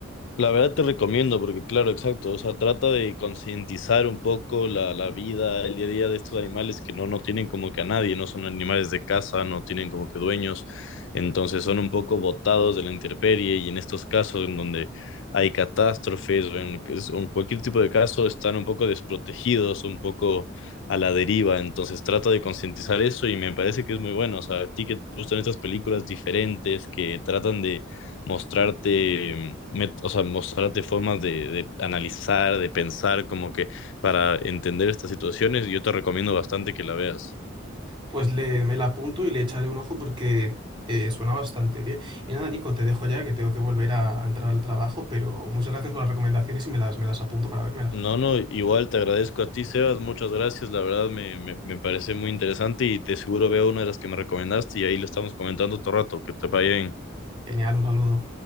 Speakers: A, on the left; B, on the right.
A: La verdad te recomiendo, porque claro, exacto, o sea, trata de concientizar un poco la, la vida, el día a día de estos animales que no, no tienen como que a nadie, no son animales de casa, no tienen como que dueños, entonces son un poco botados de la intemperie y en estos casos en donde hay catástrofes o en, es- o en cualquier tipo de caso están un poco desprotegidos, un poco a la deriva, entonces trata de concientizar eso y me parece que es muy bueno, o sea, a ti que te gustan estas películas diferentes que tratan de mostrarte, met- o sea, mostrarte formas de, de analizar, de pensar, como que para entender estas situaciones, yo te recomiendo bastante que la veas.
B: Pues le, me la apunto y le echaré un ojo porque eh, suena bastante bien. Y nada, Nico, te dejo ya que tengo que volver a, a entrar al trabajo, pero muchas gracias por las recomendaciones y me las, me las apunto para vérmelas.
A: No, no, igual te agradezco a ti, Sebas, muchas gracias, la verdad me, me, me parece muy interesante y te seguro veo una de las que me recomendaste y ahí lo estamos comentando todo rato, que te vaya bien.
B: Genial, un saludo.